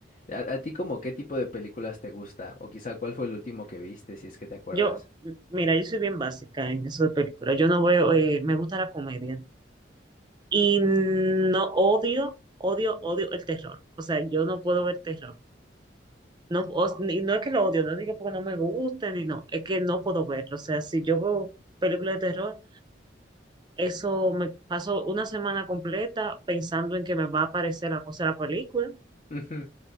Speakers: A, on the left (about 35°); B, on the right (about 25°).
A: ¿A, a ti como qué tipo de películas te gusta? O quizá cuál fue el último que viste, si es que te acuerdas.
B: Yo, mira, yo soy bien básica en eso de películas. Yo no veo, eh, me gusta la comedia. Y no odio, odio, odio el terror. O sea, yo no puedo ver terror. No, o- y no es que lo odio, no digo porque no me guste, ni no, es que no puedo verlo. O sea, si yo veo películas de terror, Eso me paso una semana completa pensando en que me va a aparecer la cosa de la película
A: Ujú.